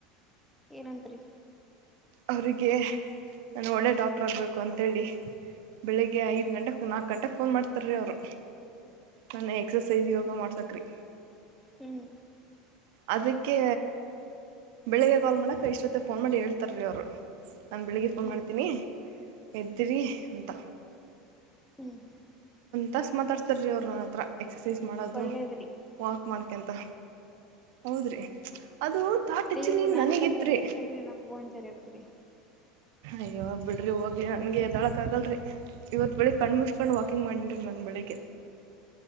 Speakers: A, in the centre; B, on the right (about 55°).
A: ಏನಂತರಿ
B: ಅವರಿಗೆ ನಾನು ಒಳ್ಳೆ ಡಾಕ್ಟ್ರ ಆಗಬೇಕು ಅಂಂತೇಳಿ ಬೆಳಿಗ್ಗೆ ಐದ ಗಂಟೆಗೆ ನಾಕಕ್ ಗಂಟೆಗೆ ಫೋನ್ ಮಾಡ್ತಾರೀ ಅವ್ರು ನನ್ ಎಕ್ಸಸೈಜ ಯೋಗ ಮಾಡ್ಸಕ್ರಿ
A: ಹ್ಮ್
B: ಅದಕ್ಕೆ ಬೆಳಿಗ್ಗೆ ಕಾಲ್ ಮಾಡಕ ಇಷ್ಟೊತ್ತ ಫೋನ್ ಮಾಡಿ ಹೇಳ್ತಾರ ರೀ ಅವರು ನಾ ಬೆಳಿಗ್ಗೆ ಫೋನ್
A: ಹ್ಮ್
B: ಮಾಡ್ತೀನಿ ಎದ್ದಿರಿ ಅಂತ
A: ಹ್ಮ್ ಹ್ಮ್
B: ತಸ ಮಾತಾಡ್ತಾರೆ ರೀ ಅವ್ರು ನನ್ನ ಹತ್ರ ಎಕ್ಸಸೈಸ್ ಮಾಡೋದು
A: ಒಳ್ಳೇದ್ರಿ
B: ವಾಕ್ ಮಾಡ್ಕಂತ ಹೌದ್ರಿ ಅದು ತಾಟ್ ಆ್ಯಕ್ಚುಲಿ
A: ನೀವು ನಾಕ್
B: ನನಗಿತ್ತು
A: ಗಂಟೆಗೆ
B: ರೀ
A: ಎದ್ರಿ ಅಂದ್ರೆ ನಮ್ ಬೋನ್ಜಾರಿ ಇರ್ತ್ರಿ
B: ಅಯ್ಯವಾಗ ಬಿಡ್ರಿ ಹೋಗ್ಲಿ ನನ್ಗೆ ಎದೊಳಕ್ ಆಗಲ್ರಿ ಇವತ್ ಬೆಳಿಗ್ ಕಣ್ ಮುಚ್ಕೊಂಡ್ ಹತ ಕುಕ್ಕಿಂಗ್ ಮಾಡನ್ರು ನನ್ನು ಬೆಳಿಗ್ಗೆ